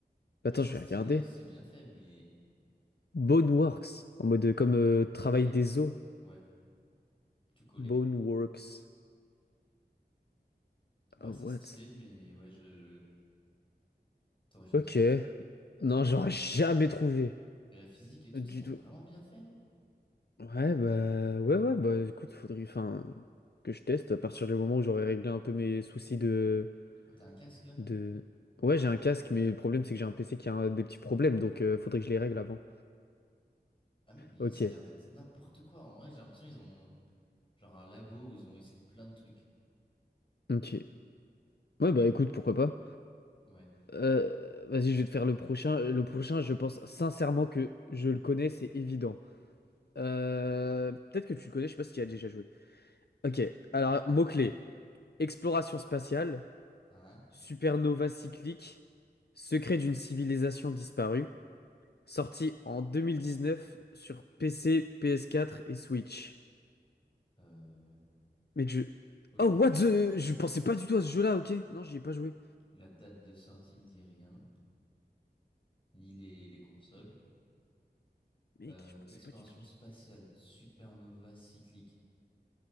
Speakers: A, on the left; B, on the left.
A: Attends,
B: Ouais, c'est
A: je
B: stylé,
A: vais regarder.
B: hein, c'est bien fait, mais...
A: Boneworks, en mode euh, comme euh, travail
B: Ouais, l-
A: des os.
B: ouais, tu collais.
A: Boneworks.
B: Ouais,
A: Ah
B: c'est
A: what?
B: stylé, mais ouais, je... T'aurais jamais
A: Ok.
B: trouvé.
A: Non, j'aurais jamais trouvé.
B: Et la physique et tout,
A: Du
B: ça a l'air
A: tout.
B: vraiment bien fait, hein.
A: Ouais, bah, ouais, ouais, bah, écoute, faudrait, enfin, que je teste à partir du moment où j'aurai réglé un peu mes soucis de,
B: Ah, T'as un casque, là?
A: de... Ouais, j'ai un casque, mais le problème, c'est que j'ai un PC qui a un- des petits problèmes, donc euh, faudrait que je les règle avant.
B: Ah mec, mais
A: Ok,
B: ça a l'air d'être n'importe quoi. En vrai, j'ai l'impression qu'ils ont genre un labo où ils ont essayé de plein de trucs.
A: ok. Ouais, bah, écoute, pourquoi pas.
B: Ouais.
A: Euh, vas-y, je vais te faire le prochain. Le prochain, je pense sincèrement que je le connais, c'est évident. Euh, peut-être que tu le connais, je sais pas si tu y as déjà joué. Ok, alors, mots clés Exploration spatiale,
B: Hein?
A: supernova cyclique, secret d'une civilisation disparue, Sorti en 2019 sur PC, PS4 et Switch.
B: Euh,
A: Mec, je...
B: ok,
A: Oh, what
B: la,
A: the... Je pensais pas du tout à ce jeu-là, ok? Non, j'y ai pas joué.
B: la date de sortie me dit rien, ni les, les consoles.
A: Mec,
B: Euh,
A: je pensais
B: exploration
A: pas du tout. à ce
B: spatiale, supernova cyclique.